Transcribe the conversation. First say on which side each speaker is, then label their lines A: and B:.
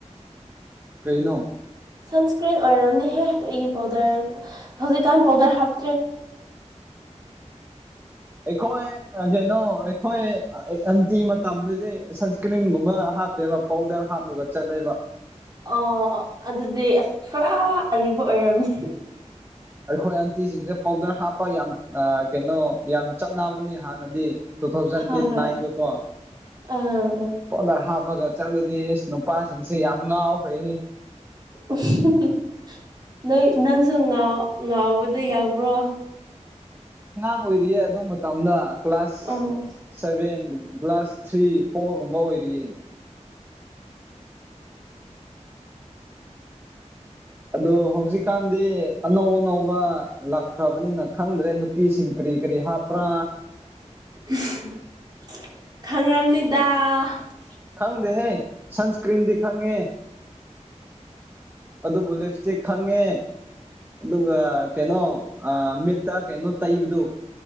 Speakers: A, on the right (about 20°); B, on the right (about 35°).
A: ꯀꯩꯅꯣ
B: ꯁꯟꯁꯀ꯭ꯔꯤꯟ ꯑꯣꯏꯔꯕꯝꯅꯤꯍꯦ ꯀꯩꯒꯤ ꯄꯥꯎꯗꯔ ꯍꯧꯖꯤꯛꯀꯥꯟ ꯄꯥꯎꯗꯔ ꯍꯥꯞ
A: ꯑꯩꯈꯣꯏ ꯑꯦꯖꯩꯅꯣ ꯑꯈꯣꯏ ꯑꯟꯇꯤ ꯃꯇꯝꯗꯁꯦ ꯁꯟꯁꯀ꯭ꯔꯤꯟꯒꯨꯝꯕ ꯍꯥꯞꯇꯦꯕ ꯄꯥꯎꯗꯔ ꯍꯥꯞꯂꯒ ꯆꯠꯂꯦꯕ
B: ꯑꯣ ꯑꯣ ꯑꯗꯨꯗꯤ ꯑꯁ ꯐꯥꯔ ꯑꯔꯤꯕ ꯑꯣꯏꯔꯝꯅꯤ
A: ꯑꯩꯈꯣꯏ ꯑꯟꯇꯤꯁꯤꯡꯁꯦ ꯄꯥꯎꯗꯔ ꯍꯥꯞꯄ ꯌꯥꯝ ꯀꯩꯅꯣ ꯌꯥꯝ ꯆꯠꯅꯕꯅꯤ ꯍꯥꯟꯅꯗꯤ ꯇꯨ ꯊꯥꯎꯖꯟ
B: ꯍꯣꯏ
A: ꯑꯩꯠ
B: ꯍꯣꯏ
A: ꯅꯥꯏꯟꯗꯀꯣ
B: ꯑꯥ ꯑꯥ
A: ꯄꯥꯎꯗꯔ ꯍꯥꯞ ꯄꯒ ꯆꯠꯂꯗꯤ ꯑꯁ ꯅꯨꯄꯥꯁꯤꯡꯁꯦ ꯌꯥꯝ ꯉꯥꯎꯈ꯭ꯔꯦꯍꯦ
B: ꯎꯝ ꯍꯨꯝ ꯍꯍ ꯅꯣꯏ ꯅꯪꯁꯨ ꯉꯥꯎ ꯉꯥꯎꯕꯗ ꯌꯥꯎꯕ꯭ꯔꯣ
A: ꯉꯥꯡ ꯑꯣꯏꯔꯤꯌꯦ ꯑꯗꯨ ꯃꯇꯝꯗ ꯀ꯭ꯂꯥꯁ
B: ꯎꯝ ꯎꯝ
A: ꯁꯚꯦꯟꯒꯨꯝꯕ ꯀ꯭ꯂꯥꯁ ꯊ꯭ꯔꯤ ꯐꯣꯔꯒꯨꯝꯕ ꯑꯣꯏꯔꯤꯌꯦ ꯑꯗꯣ ꯍꯧꯖꯤꯛꯀꯥꯟꯗꯤ ꯑꯅꯧ ꯑꯅꯧꯕ ꯂꯥꯛꯈ꯭ꯔꯕꯅꯤꯅ ꯈꯪꯗ꯭ꯔꯦ ꯅꯨꯄꯤꯁꯤꯡ ꯀꯔꯤ ꯀꯔꯤ ꯍꯥꯞꯄ꯭ꯔꯥ
B: ꯎꯡ ꯍꯍ ꯈꯪꯔꯝꯅꯤꯗ
A: ꯈꯪꯗꯦꯍꯦ ꯁꯟꯁꯀ꯭ꯔꯤꯟꯗꯤ ꯈꯪꯉꯦ ꯑꯗꯨꯕꯨ ꯂꯤꯞꯁꯇꯤꯛ ꯈꯪꯉꯦ ꯑꯗꯨꯒ ꯀꯩꯅꯣ ꯑꯥ ꯃꯤꯠꯇ ꯀꯩꯅꯣ ꯇꯩꯕꯗꯨ